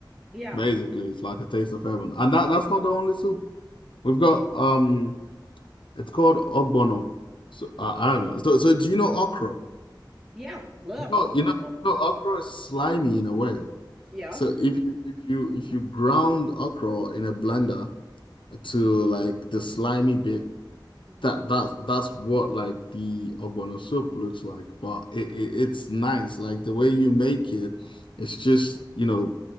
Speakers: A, in the centre; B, on the left.
A: Yeah.
B: Basically, it's like a taste of heaven. And that that's not the only soup. We've got
A: Uh-huh.
B: um It's called ogbono. So uh,
A: uh-huh.
B: I don't know. So so do you know okra?
A: Yeah. Love
B: You know
A: okra.
B: you know you
A: Ugh.
B: know okra is slimy in a way.
A: Yeah.
B: So if you if you if you ground okra in a blender to like the slimy bit,
A: Uh-huh.
B: that that's that's what like the ogbono soup looks like. But it, it it's nice. Like the way you make it, it's just you know